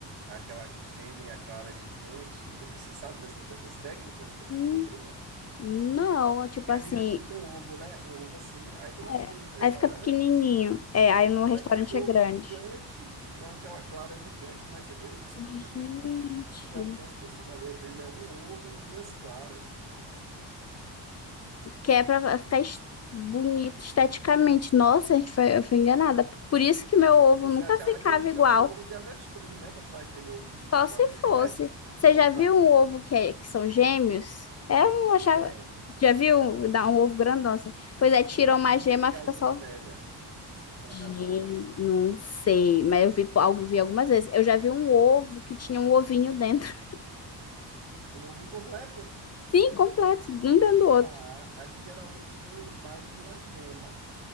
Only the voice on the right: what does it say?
aquela gêmea clara gigante. Você sabe dessas, dessas técnicas que as
pessoas usam?
Que a
gente frita um ovo, né? Um ovo assim. Aí quando a gente
vê nos restaurantes,
é aquele ovo
gigante, com aquela clara gigante, mas eu descobri
que algumas pessoas ali, às vezes, é um ovo e duas claras.
Você
achava
que eles
tinham algum ovo de avestruz, né? Para falar aquele ovo de,
de quase
<laughs> do
tamanho
de
uma
pizza.
É,
já
vi.
Dizem
que é de galinha
velha. Dizem que é quando
a galinha envelhece.
Um ovo incompleto?
Ah, aqui geralmente vem mais de uma gema.